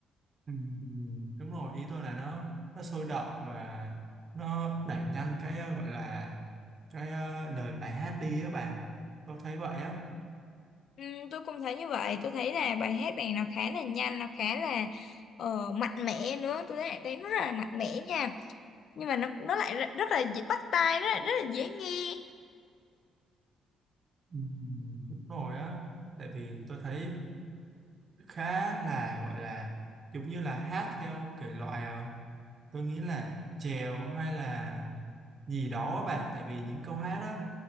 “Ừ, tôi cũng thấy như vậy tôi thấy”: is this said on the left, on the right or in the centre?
Left